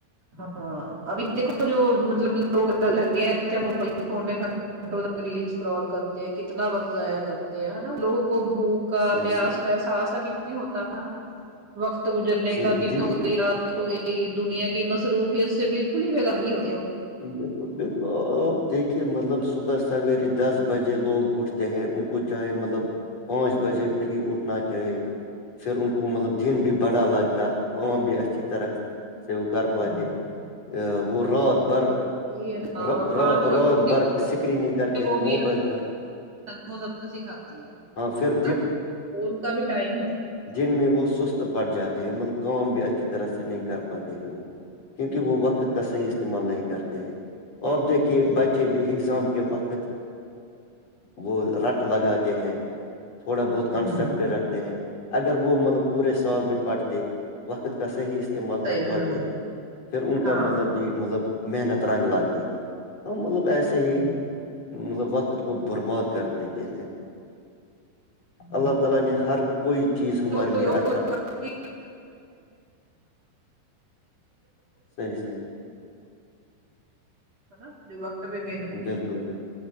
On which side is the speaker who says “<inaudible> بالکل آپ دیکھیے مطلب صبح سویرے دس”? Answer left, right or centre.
Left